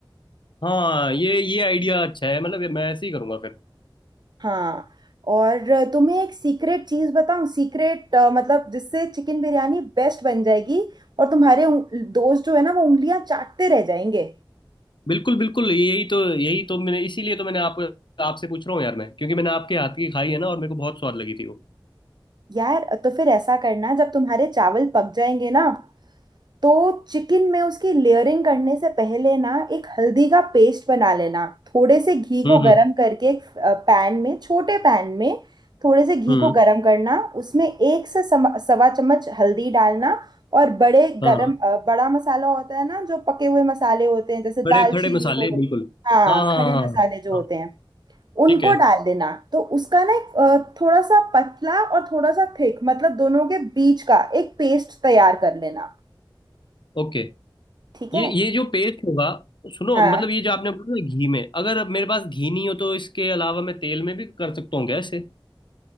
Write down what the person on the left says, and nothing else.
हाँ ये ये आइडिया अच्छा है मतलब ये मैं ऐसे ही करूंगा फिर
बिल्कुल बिल्कुल यही तो यही तो मैंने इसीलिए तो मैंने आपको आपसे पूछ रहा हूँ यार मैं क्योंकि मैंने आपके हाथ की खाई है ना और मेरे को बहुत स्वाद लगी थी वो
हम्म
हम्म
हम्म
हाँ
हाँ
खड़े खड़े मसाले
बिल्कुल
हाँ हाँ
हाँ
हाँ
हाँ,
ठीक है
ओके
ये
ये जो पेस्ट होगा सुनो
मतलब ये जो आपने बोला ना घी में अगर मेरे पास घी नहीं हो तो इसके अलावा मैं तेल में भी कर सकता हूँ क्या ऐसे